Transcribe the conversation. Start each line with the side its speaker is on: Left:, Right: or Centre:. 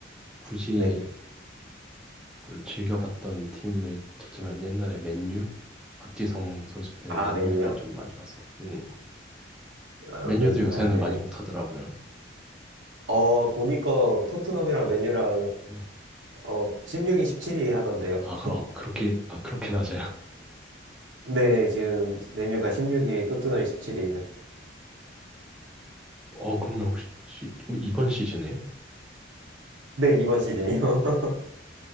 Centre: 굳이
Right: 네.
Centre: 뭐 즐겨봤던 팀을 찾자면 옛날에 맨유? 박지성 선수 때
Right: 아,
Centre: 맨유를
Right: 메뉴요?
Centre: 좀 많이 봤었고
Right: 아,
Centre: 맨유도
Right: 메뉴.
Centre: 요새는
Right: 아, 네네.
Centre: 많이 못하더라고요.
Right: 어, 보니까 토트넘이랑 메뉴랑
Centre: 네.
Right: 어, 16위, 17위 하던데요.
Centre: 아, 그, 어, 그렇게, 아, 그렇게 낮아요? <laughs>
Right: 네, 지금 메뉴가 16위, 토트넘이 17위예요.
Centre: 어, 그러면 혹시 어, 이번 시즌에요?
Right: 네, 이번 시즌이요. <laughs>